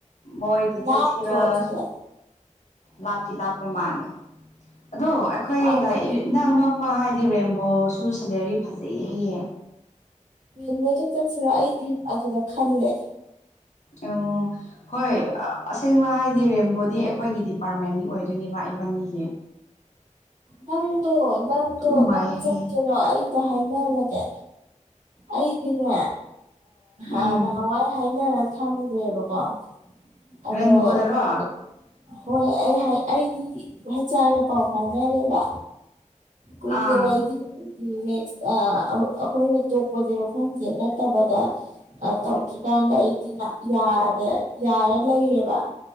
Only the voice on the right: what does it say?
ꯂꯥꯞꯇ꯭ꯔꯣ ꯑꯗꯨꯗ
ꯂꯥꯞꯄꯔꯣꯏ
ꯎꯕꯗ ꯆꯠꯁꯤꯔꯥ ꯑꯩꯗꯤ ꯑꯗꯨꯗ ꯈꯜꯂꯦ
ꯅꯪꯗꯣ ꯅꯪꯗꯣ
ꯅꯪ ꯆꯠꯀꯦꯔꯣ
ꯑꯩꯗꯣ ꯍꯥꯏꯅꯔꯒꯦ ꯑꯩꯗꯅꯦ
ꯑ ꯅ ꯍꯋꯥ ꯍꯥꯏꯅ ꯊꯝꯂꯨꯔꯦꯕꯀꯣ ꯑꯗꯣ
ꯑꯩ ꯍꯣꯏ ꯑꯩ ꯑꯩꯒꯤ ꯎꯍꯩ ꯆꯥꯔꯒ ꯄꯥꯎ ꯐꯥꯎꯅꯔꯦꯕ ꯀꯨꯏꯗꯕ
ꯑꯩꯗꯤ ꯅꯦꯛꯁ ꯑꯩꯈꯣꯏꯅ ꯇꯣꯛꯄꯁꯦ ꯃꯐꯝꯁꯦ ꯅꯠꯇꯕꯗ ꯑ ꯇꯧꯗ꯭ꯔꯤ ꯀꯥꯟꯗ ꯑꯩꯗꯤꯅ ꯌꯥꯔꯦ ꯌꯥꯔꯦ ꯂꯩꯌꯦꯕ